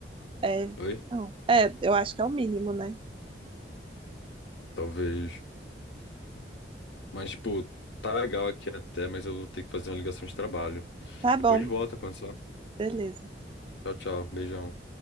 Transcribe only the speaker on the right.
é,
não, é, eu acho que é o mínimo, né?
Tá bom,
beleza.